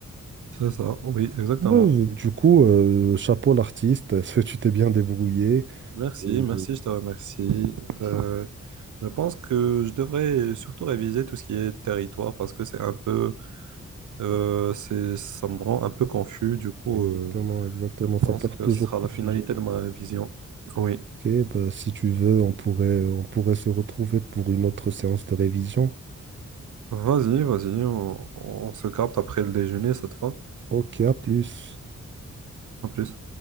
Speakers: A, on the right; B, on the right.
A: c'est ça, oui, exactement.
B: Ouais, du coup, euh, chapeau l'artiste, <laughs> parce que tu t'es bien débrouillé.
A: Merci,
B: Euh,
A: merci, je te remercie. Euh, je pense que je devrais surtout réviser tout ce qui est territoire parce que c'est un peu, euh, c'est, ça me rend un peu confus. Du coup,
B: exactement,
A: euh,
B: exactement,
A: je pense
B: ça porte
A: que
B: toujours
A: ce sera
B: confusion.
A: la finalité de ma révision. Oui,
B: Ok, bah si tu veux, on pourrait, on pourrait se retrouver pour une autre séance de révision.
A: vas-y, vas-y, on, on se capte après le déjeuner cette fois.
B: Ok, à plus.
A: En plus.